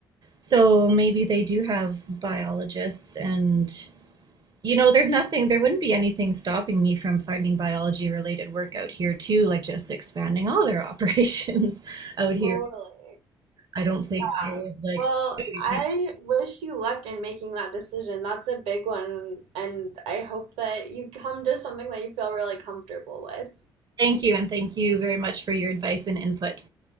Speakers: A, on the right (about 40°); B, on the right (about 70°).
A: So maybe they do have biologists and You know, there's nothing, there wouldn't be anything stopping me from finding biology related work out here too, like just expanding all their <laughs> operations out here.
B: Totally.
A: I don't think
B: Yeah.
A: they would like,
B: Well,
A: no, you
B: I
A: can't.
B: wish you luck in making that decision. That's a big one, and I hope that you come to something that you feel really comfortable with.
A: Thank you, and thank you very much for your advice and input.